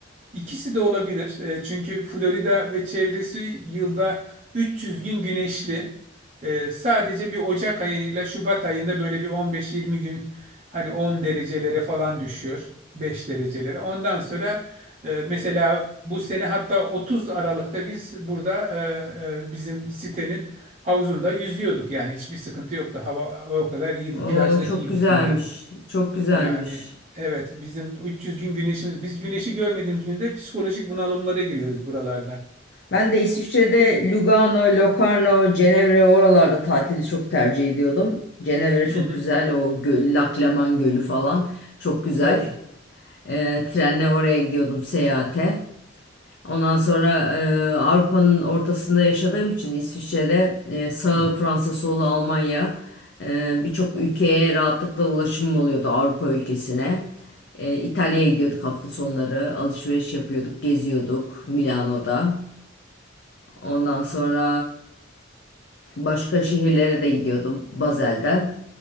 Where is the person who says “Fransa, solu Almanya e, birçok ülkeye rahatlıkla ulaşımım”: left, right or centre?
Left